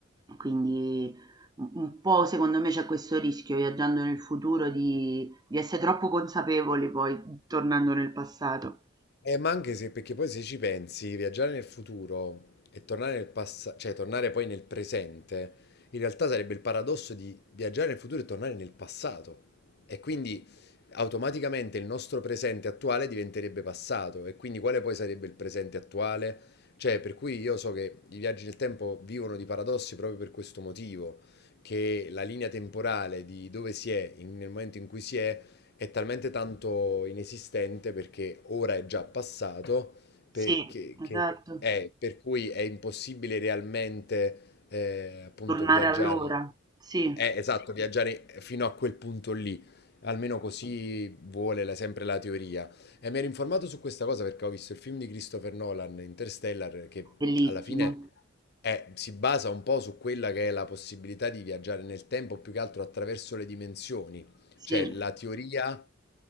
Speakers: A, on the right; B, on the left.
A: Quindi u un po' secondo me c'è questo rischio viaggiando nel futuro di di essere troppo consapevoli poi, tornando nel passato.
B: Eh, ma anche se, perché poi se ci pensi, viaggiare nel futuro e tornare nel passato, cioè tornare poi nel presente, in realtà sarebbe il paradosso di viaggiare nel futuro e tornare nel passato. E quindi automaticamente il nostro presente attuale diventerebbe passato. E quindi quale poi sarebbe il presente attuale? Cioè, per cui io so che i viaggi nel tempo vivono di paradossi proprio per questo motivo, che la linea temporale di dove si è in- nel momento in cui si è è talmente tanto inesistente perché ora è già passato, perché,
A: Sì,
B: che
A: esatto.
B: è, per cui è impossibile realmente eh, appunto
A: Tornare
B: viaggiare,
A: all'ora. Sì,
B: eh, esatto, viaggiare fino a quel punto lì, almeno così vuole la- sempre la teoria. E mi ero informato su questa cosa perché ho visto il film di Christopher Nolan, Interstellar, che
A: bellissimo.
B: alla fine è- si basa un po' su quella che è la possibilità di viaggiare nel tempo, più che altro attraverso le dimensioni.
A: Sì,
B: Cioè, la teoria